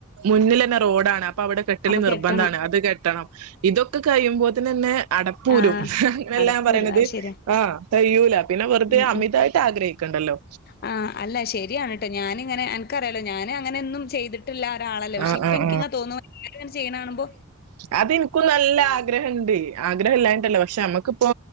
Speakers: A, on the right; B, on the left.
A: മുന്നിലന്നെ റോഡാണ് അപ്പൊ അവിടെ കെട്ടൽ
B: അപ്പൊ
A: നിർബന്ധണ്
B: കെട്ടണം
A: അത് കെട്ടണം ഇതൊക്കെ കഴിയുമ്പോതിന് ന്നെ അടപ്പൂരും
B: ആ
A: അങ്ങനെ
B: അടപ്പൂര്
A: അല്ലാ ഞാപറയണുത്
B: അത് ശരിയാ
A: ആഹ് കയ്യൂല പിന്നെ വെറുതെ
B: ഉം
A: അമിതായിട്ട്
B: ഉം
A: ആഗ്രഹിക്കണ്ടല്ലോ
B: ആ അല്ല ശരിയാണ് ട്ടോ ഞാനിങ്ങനെ അൻ ക്കറിയല്ലോ ഞാന് അങ്ങന ഒന്നും ചെയ്തിട്ടില്ല ഒരാളല്ല പക്ഷ
A: ആഹ്
B: ഇപ്പൊ
A: ആഹ്
B: ഇനിക്കിങ്ങന തോന്ന്ന്നു എല്ലാരുങ്ങനെ ചെയ്യണ കാണുമ്പൊ
A: അത് ഇനിക്കും നല്ല ആഗ്രഹണ്ട് ആഗ്രഹം ഇല്ലായിട്ടല്ലോ പക്ഷെ നമുക്കിപ്പോ